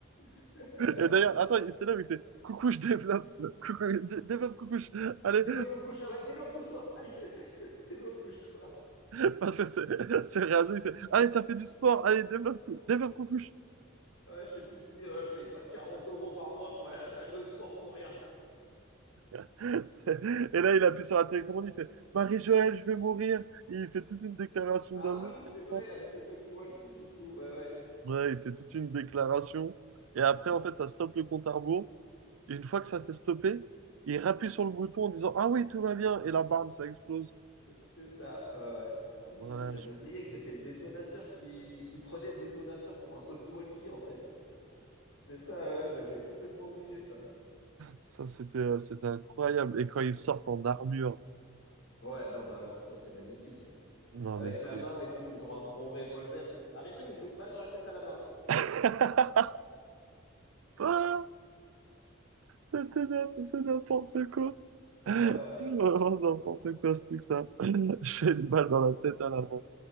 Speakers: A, on the left; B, on the right.
A: <laughs>
B: Et d'ailleurs, attends, il- c'est là où il fait coucou, je développe, coucou, dé- développe, coucou, je- allez.
A: développe coucouche. Ah ouais, développe couche-toi. Allez, <laughs> développe couche-toi.
B: <laughs> Parce que c'est c'est rasé, il fait, Allez, t'as fait du sport, allez, développe, cou- développe coucouche.
A: Ouais, je sais plus ce qui. euh, je paye pas 40 euros par mois pour aller à la salle de sport pour rien.
B: C'est- <laughs> Et là, il appuie sur la télécommande, il fait Marie-Joëlle, je vais mourir. Il fait toute une déclaration
A: Ah
B: d'amour
A: oui, c'est
B: comme
A: vrai,
B: ça.
A: avec le talkie-walkie, du coup. Ouais, ouais,
B: Ouais, il fait toute une déclaration. Et après, en fait, ça stoppe le compte à rebours. Et une fois que ça s'est stoppé, il appuie sur le bouton en disant Ah oui, tout va bien. Et la barbe, ça explose.
A: c'est ça. ouais, ouais. Ah oui, c'est
B: Ouais,
A: vrai, j'avais oublié que c'était le détonateur qui. Il prenait le détonateur pour un talkie-walkie, en fait. C'est ça, ouais, j'avais complètement oublié ça.
B: ça, c'était euh, c'était incroyable. Et quand ils sortent en armure,
A: Ouais, non, bah alors ça, c'est magnifique.
B: non,
A: Avec
B: mais c'est.
A: la main, et puis ils ont un gros revolver. Arrêtez ou je mets une balle dans la tête à la main.
B: <laughs> Ah, c'était n'im- c'est n'importe quoi.
A: Ouais, ouais,
B: C'est vraiment
A: non.
B: n'importe quoi ce truc-là. <laughs> J'ai une balle dans la tête à l'avant.